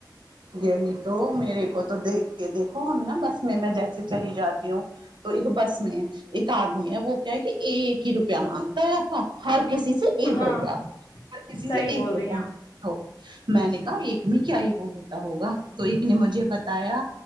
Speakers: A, on the right; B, on the left.
A: یہی تو میرے کو تو دیکھ کے دیکھو ہم نا بس میں میں جیسے چلی جاتی ہوں تو ایک بس میں ہے ایک آدمی ہے وہ کیا ہے کہ ایک ہی روپیہ مانگتا ہے آپ کو ہر کسی سے سے
B: ہاں
A: ایک روپیہ ہر کسی
B: صحیح
A: سے
B: بول
A: ایک روپیہ
B: رہی ہیں آپ
A: میں نے کہا ایک میں کیا ہی وہ ہوتا ہوگا تو ایک نے مجھے بتایا